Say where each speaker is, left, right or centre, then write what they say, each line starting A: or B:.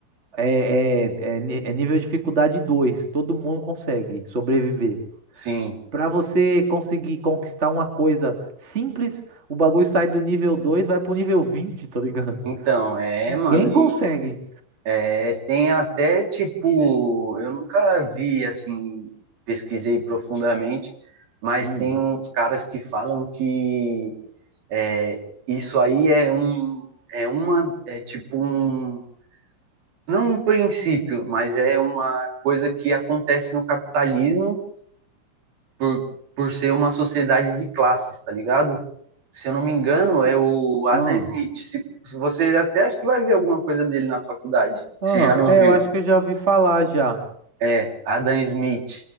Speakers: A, on the right (about 20°); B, on the right (about 50°).
A: É, é, é ni- é nível de dificuldade dois Todo mundo consegue sobreviver.
B: sim.
A: Pra você conseguir conquistar uma coisa simples, o bagulho sai do nível 2, vai pro nível 20, tá ligado?
B: Então,
A: <laughs>
B: é,
A: Ninguém
B: mano,
A: consegue.
B: e, É, tem até, tipo, eu nunca vi, assim, pesquisei profundamente, mas
A: Hum.
B: tem uns caras que falam que é, isso aí é um, é uma, é tipo um, não um princípio, mas é uma coisa que acontece no capitalismo por, por ser uma sociedade de classes, tá ligado? Se eu não me engano, é o Adam
A: Ah.
B: Smith. Se, se você até acho que vai ver alguma coisa dele na faculdade,
A: Ah.
B: se já não
A: É,
B: viu.
A: eu acho que eu já ouvi falar já.
B: é, Adam Smith.